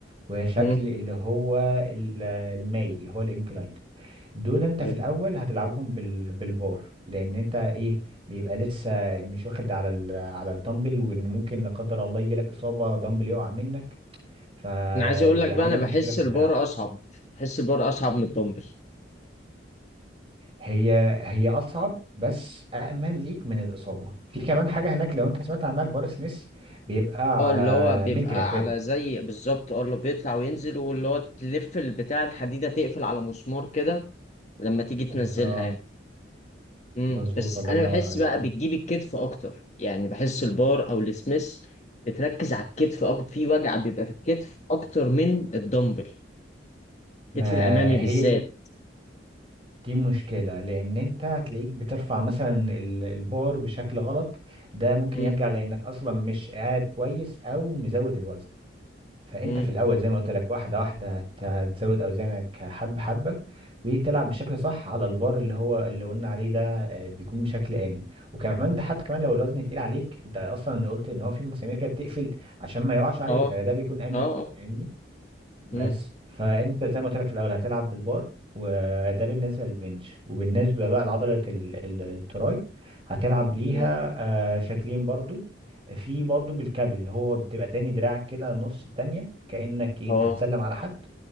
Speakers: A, on the right; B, on the left.
A: وشكل
B: مم.
A: اللي هو ال- المايل اللي هو الانكلايند دول انت
B: حلو
A: في الاول هتلعبهم بال- بالبار لان انت ايه بيبقى لسه مش واخد على ال- على الدمبل وان ممكن لا قدر الله يجي لك اصابة دمبل يقع منك فيعمل
B: انا عايز اقول لك بقى انا
A: لك
B: بحس
A: مشكلة في
B: البار
A: دراعك
B: اصعب بحس البار اصعب من الدمبل
A: هي هي اصعب بس امن ليك من الاصابه في كمان حاجه هناك لو انت سمعت عنها البار سميث بيبقى
B: اه
A: على
B: اللي هو بيبقى
A: مجرى كده
B: على زي بالظبط اه اللي بيطلع وينزل واللي هو تلف البتاع الحديده تقفل على مسمار كده لما تيجي تنزلها
A: بالظبط
B: يعني مم.
A: مظبوط
B: بس
A: الله
B: انا
A: ينور
B: بحس
A: عليك
B: بقى بتجيب الكتف اكتر يعني بحس البار او السميث بتركز على الكتف اكتر في وجع بيبقى في الكتف اكتر من الدمبل
A: ما
B: الكتف الامامي بالذات
A: هي دي دي مشكله لان انت هتلاقيك بترفع مثلا ال- البار بشكل غلط ده ممكن
B: مم.
A: يرجع لانك اصلا مش قاعد كويس او مزود الوزن فانت
B: مم.
A: في الاول زي ما قلت لك واحده واحده هت- هتزود اوزانك حبه حبه وتلعب بشكل صح على البار اللي هو اللي قلنا عليه ده آه، بيكون بشكل امن وكمان ده حتى كمان لو الوزن تقيل عليك انت اصلا قلت ان هو في مسامير كده بتقفل عشان ما يقعش عليك
B: اه
A: فده بيكون امن
B: اه اه
A: فاهمني بس
B: مم.
A: فانت زي ما قلت لك في الاول هتلعب بالبار وده بالنسبه للبنش وبالنسبه بقى لعضله ال- ال- التراي هتلعب ليها
B: مم.
A: آه، شكلين برضو في برضو بالكابل اللي هو بتبقى تاني دراعك كده نص التانية كأنك ايه
B: اه
A: هتسلم على حد